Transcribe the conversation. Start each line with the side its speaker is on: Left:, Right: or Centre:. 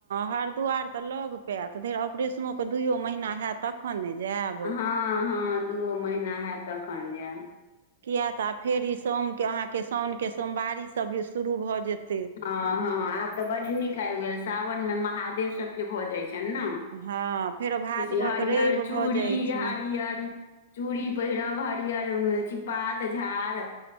Right: हरिद्वार तऽ लग पायत फेर ऑपरेशनोोके दुइयो महीना होत तखन ने जायब
Left: हँ हँ दूओ महीना हैत तखन जायब
Right: किए तऽ आ फेर ई सोमके अहाँके साउनके सोमवारीसभ शुरू भऽ जेतै
Left: हँ हँ आब तऽ बड्ड नीक आबि गेल सावनमे महादेव सभके भऽ जाइ ने
Right: हँ फेरो भादवक
Left: हरिहर
Right: रवि भऽ
Left: चूड़ी
Right: जाइ छी
Left: हरियर चूड़ी पहिरब हरियर अथि पात झाड़